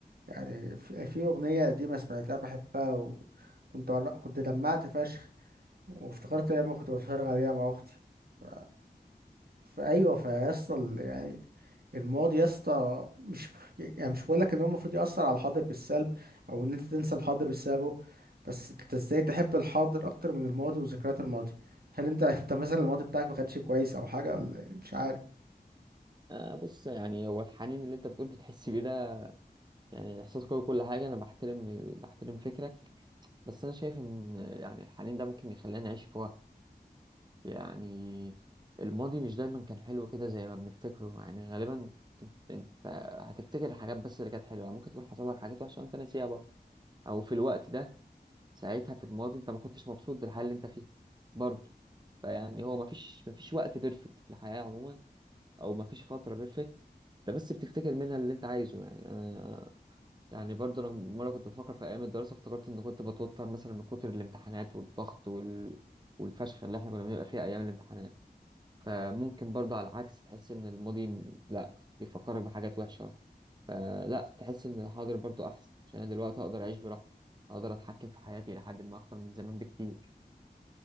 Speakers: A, on the right (about 70°); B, on the right (about 25°).
A: يعني في في أغنية قديمة سمعتها بحبها وكنت عل- كنت دمعت فشخ وافتكرت أيام كنت بتفرج عليها مع أختي ف- فأيوه فيصل يعني الماضي يا اسطى مش يعني مش بقولك إن هو المفروض يأثر على الحاضر بالسلب أو إن أنت تنسى الحاضر بسببه بس أنت إزاي تحب الحاضر أكتر من الماضي وذكريات الماضي هل أنت <laughs> أنت مثلا الماضي بتاعك ما كانش كويس أو حاجة ولا إيه؟ مش عارف
B: آه بص يعني هو الحنين اللي انت بتقول بتحس بيه ده يعني احساس قوي كل حاجه انا بحترم بحترم فكرك بس انا شايف ان يعني الحنين ده ممكن يخلينا نعيش في وقت يعني الماضي مش دايما كان حلو كده زي ما بنفتكره يعني غالبا انت انت هتفتكر الحاجات بس اللي كانت حلوه ممكن تكون حصل لك حاجات وحشه وانت ناسيها برضه او في الوقت ده ساعتها في الماضي انت ما كنتش مبسوط بالحال اللي انت فيه برضه فيعني هو مفيش مفيش وقت بيرفكت في الحياه عموما او ما فيش فتره بيرفكت ده بس بتفتكر منها اللي انت عايزه يعني انا يعني برضه انا مره كنت بفكر في ايام الدراسه افتكرت ان كنت بتوتر مثلا من كتر الامتحانات والضغط وال... والفشخ اللي احنا كنا بنبقى فيها ايام الامتحانات فممكن برضه على العكس تحس ان الماضي م- لا بيفكرك بحاجات وحشه فلا تحس ان الحاضر برضه احسن عشان انا دلوقتي اقدر اعيش براحتي اقدر اتحكم في حياتي لحد ما اكتر من زمان بكتير